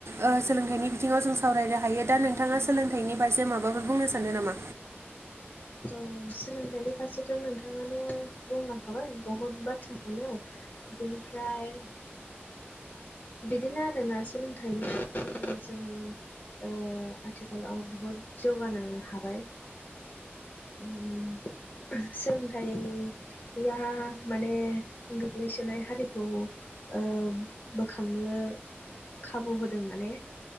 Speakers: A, on the right; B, on the left.
A: ओ सोलोंथाइनि बिथिङाव जों सावरायनो हायो दा नोंथाङा सोलोंथाइनि फारसे माबाफोर बुंनो सानो नामा
B: औ सोलोंथाइनि फारसेथ' नोंथाङानो बुंलांखाबाय बहुद बाथ्राखौनो बेनिफ्राय बिदिनो आरोना सोलोंथाइनि गेजेरजों जों ओ आथिखालाव बहुद जौगानो हाबाय उम सोलोंथाइ या माने गोग्लैसोनाय हारिखौ ओ बोखांनो खाबु होदों माने